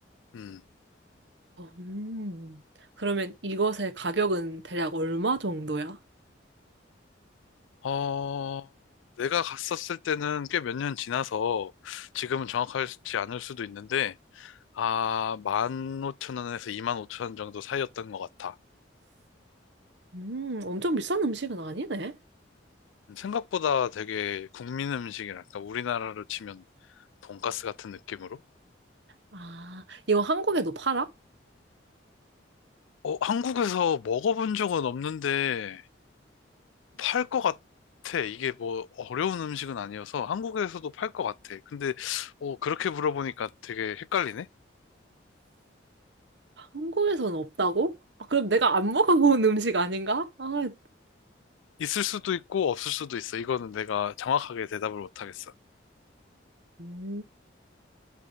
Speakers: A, on the left; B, on the right.
A: 음,
B: 음, 그러면 이것의 가격은 대략 얼마 정도야?
A: 어, 내가 갔었을 때는 꽤 몇 년 지나서 지금은 정확하지 않을 수도 있는데, 아, 15,000원에서 25,000원 정도 사이였던 것 같아.
B: 음, 엄청 비싼 음식은 아니네.
A: 음, 생각보다 되게 국민 음식이랄까, 우리나라로 치면 돈가스 같은 느낌으로?
B: 아, 이거 한국에도 팔아?
A: 어, 한국에서 먹어본 적은 없는데, 팔 것 같아. 이게 뭐 어려운 음식은 아니어서 한국에서도 팔 것 같아. 근데 어, 그렇게 물어보니까 되게 헷갈리네.
B: 한국에서는 없다고? 아, 그럼 내가 안 먹어본 음식 아닌가? 아,
A: 있을 수도 있고 없을 수도 있어. 이거는 내가 정확하게 대답을 못 하겠어.
B: 음.